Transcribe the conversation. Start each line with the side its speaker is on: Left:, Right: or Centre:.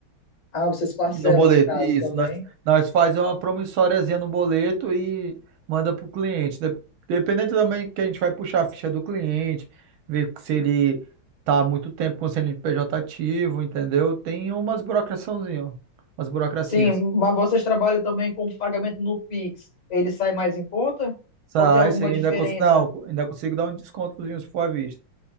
Left: Ah, vocês parcelam
Right: E No boleto,
Left: no caso
Right: isso.
Left: também.
Right: Nós, nós fazemos uma promissóriazinha no boleto e manda para o cliente. De- Dependendo também que a gente vai puxar a ficha do cliente, ver se ele tá há muito tempo com o CNPJ ativo, entendeu? Tem umas burocraçãozinhas, umas burocracias.
Left: Sim, mas vocês trabalham também com pagamento no Pix. Ele sai mais em conta?
Right: Sai,
Left: Ou tem alguma
Right: você ainda
Left: diferença?
Right: consigo, não, ainda consigo dar um descontozinho se for à vista.